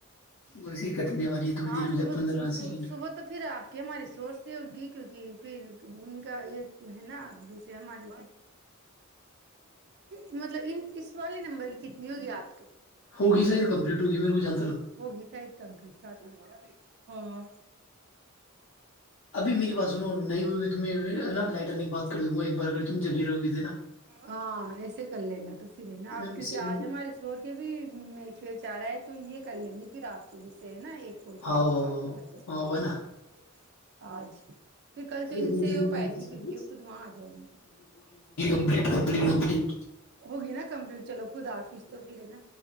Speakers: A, on the left; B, on the right.
A: بس یہ کٹنے والی ہے تھوڑی
B: ہاں
A: دیر ہو
B: صبح
A: جائے پندرہ سیکنڈ
B: صبح تو پھر آپ کے ہماری سوچتی ہوگی کیونکہ پھر ان کا یہ ہے نا جیسے ہمارے مطلب ان اس والے نمبر کی کتنی ہوگی آپ کے
A: ہوگی سر کمپلیٹ گ میر کو جان
B: ہووگی سائت کمپٹ س ہاں
A: ابھی میری باتاز س نو نہیں ہو تم نا لائٹر بات کر ایک بار تم جگی رہو گی تو نا
B: ہاں ایسے کر لینا تو پھر ہے نا اب
A: میں میسج
B: کیونکہ
A: ہاں
B: آج ہمارے شور کے بھی میچ ویچ آ رہا ہے تو یہ کر لیں گے پھر آپ سے جیسے نا ایک کوال کرو
A: ہاں
B: گی تو
A: ہاں
B: آپ
A: ہاں،
B: لاس پس
A: ہاں،
B: کن
A: ہے
B: لیں
A: نا
B: گا آج پھر کل تو
A: ہوگی
B: ان سے
A: ہوگی
B: ہو پائے گی کیونکہ وہ خود وہاں آ جائےیں گی
A: ک کم کمٹ
B: ہوگی نا کمپلیٹ چلو خود آفس تو پھر ہے نا